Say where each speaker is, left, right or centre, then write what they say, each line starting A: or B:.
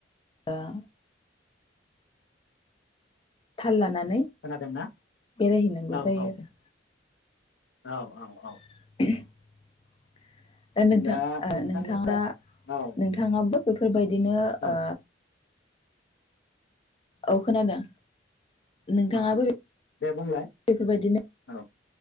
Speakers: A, on the left; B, on the left.
A: दा <unintelligible> <unintelligible>
B: खोनादोंना
A: बेरायहैनांगौ
B: औ
A: जायो
B: औ
A: आरो
B: औ औ औ
A: <inaudible> द नोंथां
B: दा नोंथांनिफ्राय
A: नोंथाङा
B: औ
A: नोंथाङाबो बेफोर बायदि दिनो ओ
B: औ
A: औ खोनादों। नोंथाङाबो
B: औ
A: बेफोरबायदिनो
B: दे बुंलाय औ